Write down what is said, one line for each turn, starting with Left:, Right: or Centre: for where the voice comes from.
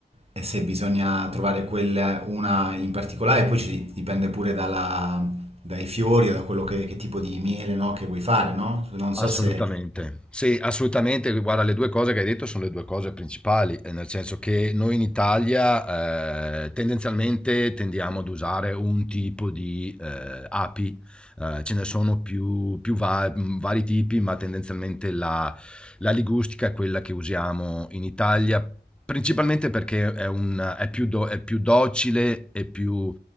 Right: e se bisogna trovare quella, una in particolare, poi ci dipende pure dai fiori o da quello che, che tipo di miele, no, che vuoi fare, no? Non
Centre: Assolutamente.
Right: so se,
Centre: Sì, assolutamente. Guarda, le 2 cose che hai detto sono le 2 cose principali, ehm, nel senso che noi in Italia, ehm, tendenzialmente tendiamo ad usare un tipo di, ehm, api, ehm, ce ne sono più più va mhmm, vari tipi, ma tendenzialmente la la ligustica è quella che usiamo in Italia, principalmente perché è un è più do è più docile e più